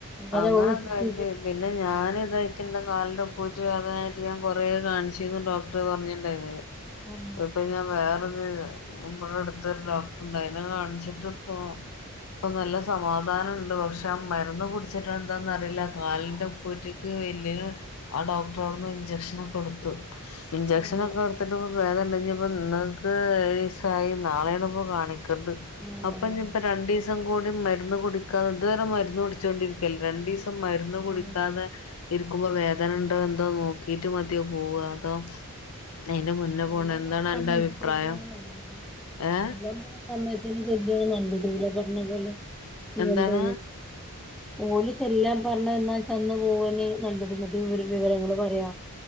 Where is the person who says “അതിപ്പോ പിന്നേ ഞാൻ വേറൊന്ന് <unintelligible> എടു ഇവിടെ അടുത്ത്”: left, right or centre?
Left